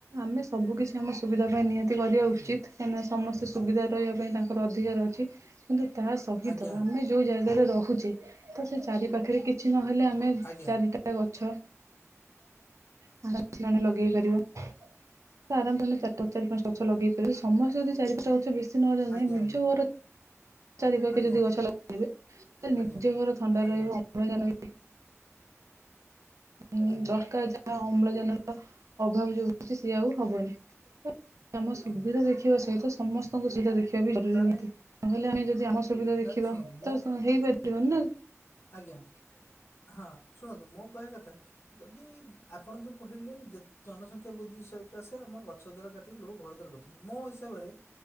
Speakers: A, on the right; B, on the left.
A: ଆମେ ସବୁ କିିଛି ଆମ ସୁବିଧା ପାଇଁ ନିହାତି। କରିବା
B: ଆଜ୍ଞା
A: ଉଚିତ୍। ନା ସମସ୍ତେ ସୁବିଧା ରହିବା ପାଇଁ ତାଙ୍କର ଅଧିକାର ଅଛି କିନ୍ତୁ ତା ସହିତ
B: ଆଜ୍ଞା
A: ଆମେ ଯଉ ଜାଗାରେ ରହୁ <inaudible> ତ ସେ ଚାରି ପାଖରେ କିଛି ନହେଲେ। ଆମେ
B: ଆଜ୍ଞା
A: ଚାରିଟା ଗଛ। <unintelligible> ଲଗେଇ ପାରିବ <inaudible> <inaudible> ଲଗେଇ ପାରିବ ସମସ୍ତେ ଯଦି <inaudible> ନ ହେଲେ ନାହିଁ
B: ଆଜ୍ଞା
A: ନିଜ ଘର। ଚାରି ପାାଖେ
B: ଆଜ୍ଞା
A: ଯଦି
B: ଆଜ୍ଞା
A: ଗଛ ଲଗେଇିବେ, ତାହେଲେ
B: ଆଜ୍ଞା ଆଜ୍ଞା।
A: ନିଜ ଘର ଥଣ୍ଡା
B: ଆଜ୍ଞା
A: ରହିବେ ଅମ୍ଳଜାନ। <inaudible> ହଁ
B: ଆଜ୍ଞା
A: ଦରକାର ଯା ଆଉ। ଅମ୍ଳଜାନର ଅଭାବ ଯୋଉ ହଉଛି ସିଏ ଆଉ ହବନି। ଆମ ସୁବିଧା
B: ଆଜ୍ଞା ଆଜ୍ଞା।
A: ଦେଖିବା ସହିତ। ସମସ୍ତଙ୍କୁ
B: ତାହେଲେ
A: <inaudible> <inaudible> ହେଲେ ଆମେ ଯଦି ଆମ ସୁବିଧା
B: ତାହେଲେ
A: ଦେଖିବା
B: ଶୁଣନ୍ତୁ ମୋ
A: ତ ହେଇପାରିବନି ନା।
B: ଆଜ୍ଞା। ହଁ ଶୁଣନ୍ତୁ ମୋ କହିବା କଥା ଯଦି ଆପଣ ଯୋଉ କହିଲେ ଯେ ଜନସଂଖ୍ୟା ବୃଦ୍ଧି ସକାଶେ ଆମର ଗଛ ଦାର କାଟିକି ଲୋକ ଘର ଦ୍ୱାର କରୁଛନ୍ତି, ମୋ ହିସାବରେ